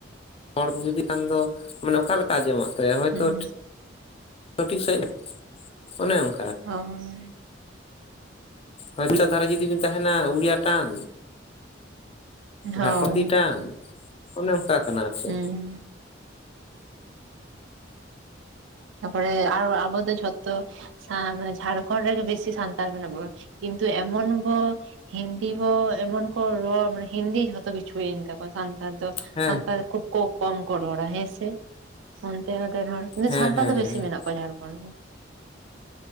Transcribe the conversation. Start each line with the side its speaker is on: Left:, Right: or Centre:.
Left: ᱦᱚᱲ ᱡᱩᱫᱤ ᱠᱷᱟᱱ ᱫᱚ ᱢᱟᱱᱮ ᱚᱠᱟ ᱞᱮ ᱠᱟ ᱟᱸᱡᱚᱢᱚᱜ ᱛᱟᱭᱟ ᱦᱚᱭᱛᱚ
Right: ᱦᱮᱸ
Left: <unintelligible> ᱴᱷᱤᱠ ᱥᱟᱺᱦᱤᱡ ᱚᱱᱮ ᱚᱝ
Right: ᱦᱚᱭ᱾
Left: ᱦᱳᱭ <unintelligible> ᱫᱷᱟᱨᱮ ᱡᱩᱫᱤ ᱵᱤᱱ ᱛᱟᱦᱮᱱᱟ ᱩᱲᱤᱭᱟ ᱴᱟᱱ᱾
Right: ᱦᱳᱭ
Left: ᱡᱷᱟᱲᱠᱚᱱ ᱰᱤ ᱴᱟᱱ ᱚᱱᱮ ᱚᱱᱠᱟ ᱠᱟᱱᱟ ᱟᱨ ᱥᱮ᱾
Right: ᱦᱩᱸ ᱤᱱᱟᱹ ᱯᱚᱨᱮ ᱟᱨᱦᱚ ᱟᱵᱚ ᱫᱚ ᱡᱷᱚᱛᱚ ᱥᱟ ᱢᱟᱱᱮ ᱡᱷᱟᱨᱠᱚᱱᱰ ᱨᱮᱜᱮ ᱵᱤᱥᱤ ᱥᱟᱱᱛᱟᱲ ᱢᱮᱱᱟᱜ ᱵᱚᱣᱟ ᱠᱤᱱᱛᱩ ᱮᱢᱚᱱ ᱵᱚ ᱦᱤᱱᱫᱤ ᱵᱚ ᱮᱢᱚᱱ ᱠᱚ ᱨᱚᱨ ᱢᱟᱱᱮ ᱦᱤᱱᱫᱤ ᱡᱷᱚᱛᱚ ᱠᱤᱪᱷᱩᱭᱮᱱ ᱛᱟᱠᱚᱣᱟ, ᱥᱟᱱᱛᱟᱲ ᱫᱚ
Left: ᱦᱮᱸ
Right: ᱥᱟᱱᱛᱟᱲ ᱠᱷᱩᱵ ᱠᱚ ᱠᱚᱢ ᱠᱚᱨᱲᱟ ᱦᱮᱸᱥᱮ ᱚᱱᱛᱮ ᱨᱮᱱ ᱦᱚᱲ ᱾
Left: ᱦᱮᱸ ᱦᱮᱸ ᱦᱮᱸ ᱦᱮᱸ᱾
Right: <unintelligible> ᱡᱷᱟᱲᱠᱷᱚᱸᱰ